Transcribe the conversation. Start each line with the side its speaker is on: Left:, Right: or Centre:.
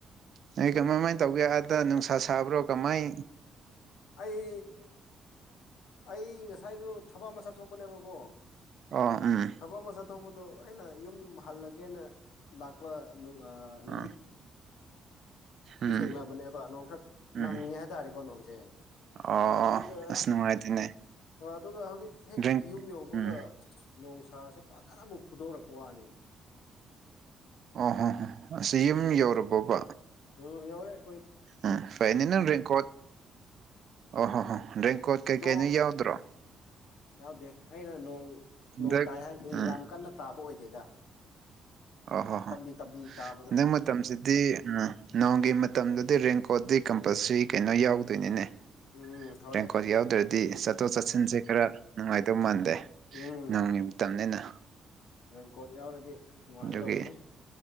Right: ꯅꯣꯏ ꯀꯃꯥꯏꯃꯥꯏꯅ ꯇꯧꯒꯦ ꯑꯥꯗ ꯅꯨꯡꯁꯥ ꯁꯥꯕ꯭ꯔꯣ ꯀꯃꯥꯏꯅ
Left: ꯑꯩ ꯑꯩ ꯉꯁꯥꯏꯁꯨ ꯊꯕꯛ ꯑꯃ ꯆꯠꯊꯣꯛꯄꯅꯦꯕꯀꯣ
Right: ꯑꯣ ꯎꯝ
Left: ꯊꯕꯛ ꯃꯆꯥ ꯊꯣꯛꯄꯗ ꯑꯩꯅ ꯌꯨꯝ ꯍꯜꯂꯒꯦꯅ ꯂꯥꯛꯄ ꯑ ꯂꯕꯤ
Right: ꯑꯥ ꯎꯝ
Left: ꯊꯦꯡꯅꯕꯅꯦꯕ ꯅꯣꯡ ꯈꯔ
Right: ꯎꯝ
Left: ꯅꯪꯉꯦ ꯍꯥꯏꯇꯥꯔꯦꯀꯣ ꯅꯣꯡꯁꯦ
Right: ꯑꯣ
Left: ꯑꯗꯨꯗꯨꯒ
Right: ꯑꯣ ꯑꯁ ꯅꯨꯡꯉꯥꯏꯇꯦꯅꯦ
Left: ꯑꯗꯨꯒ ꯍꯧꯖꯤꯛ ꯍꯦꯛ
Right: ꯗ꯭ꯔꯤꯡ
Left: ꯌꯨꯝ ꯌꯧꯕꯒ
Right: ꯎꯝ
Left: ꯅꯣꯡꯁꯥꯁꯦ ꯐꯖꯅ ꯑꯃꯨꯛ ꯐꯨꯗꯣꯔꯛꯄ ꯋꯥꯅꯤꯅꯦ
Right: ꯑꯣ ꯍꯣ ꯍꯣ ꯑꯁꯤ ꯌꯨꯝ ꯌꯧꯔꯕꯣꯕ
Left: ꯎꯝ ꯌꯥꯎꯦ
Right: ꯑ ꯐꯥꯏꯅꯤꯅꯀꯣ ꯑꯣ ꯍꯣ ꯍꯣ ꯔꯦꯡꯀꯣꯠ ꯀꯩꯀꯩꯅ
Left: ꯅꯣꯡ
Right: ꯌꯥꯎꯗ꯭ꯔꯣ
Left: ꯌꯥꯎꯗꯦ ꯑꯩꯅ ꯅꯣꯡ
Right: ꯍꯟꯗꯛ
Left: ꯅꯣꯡ ꯇꯥꯏ ꯍꯥꯏꯁꯦ
Right: ꯎꯝ
Left: ꯌꯥꯝ ꯀꯟꯅ ꯇꯥꯕ ꯑꯣꯏꯗꯦꯗ
Right: ꯑ ꯍꯣ ꯍꯣ
Left: ꯇꯞꯂꯤ ꯇꯞꯂꯤ ꯇꯥꯕꯗꯣ
Right: ꯅꯪ ꯃꯇꯝꯁꯤꯗꯤ ꯅꯣꯡꯒꯤ ꯃꯇꯝꯗꯗꯤ ꯔꯦꯟꯀꯣꯗꯤ ꯀꯝꯄꯜꯁꯔꯤ ꯀꯩꯅꯣ ꯌꯥꯎꯗꯣꯏꯅꯤꯅꯦ
Left: ꯎꯝ ꯍꯣꯏ
Right: ꯔꯦꯡꯀꯣꯠ ꯌꯥꯎꯗ꯭ꯔꯗꯤ ꯆꯠꯊꯣꯛ ꯆꯠꯁꯤꯟꯁꯦ ꯈꯔ ꯅꯨꯡꯉꯥꯏꯗꯧ ꯃꯥꯟꯗꯦ
Left: ꯎꯝ
Right: ꯅꯪꯒꯤꯇꯅꯤꯅ
Left: ꯔꯦꯟꯀꯣꯠ ꯌꯥꯎꯔꯗꯤ ꯅꯨꯡꯉꯥꯏꯒꯗꯧꯕꯅꯤ
Right: ꯌꯒꯤ